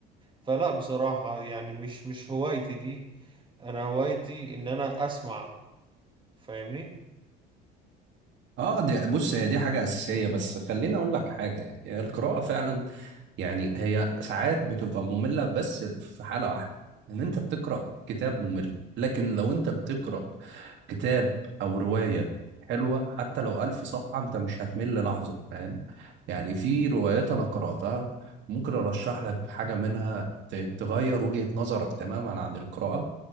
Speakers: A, on the right (about 25°); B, on the right (about 60°).
A: فلا بصراحة يعني مش مش هوايتي دي أنا هوايتي إن أنا أسمع فاهمني
B: اه دي بص هي دي حاجة أساسية بس خليني أقول لك حاجة يعني القراءة فعلا يعني هي ساعات بتبقى مملة بس في حالة واحدة إن أنت بتقرأ كتاب ممل لكن لو أنت بتقرأ كتاب او روايه حلوه حتى لو الف صفحه انت مش هتمل لحظه فاهم يعني في روايات انا قراتها ممكن ارشح لك حاجه منها ت- تغير وجهه نظرك تماما عن القراءه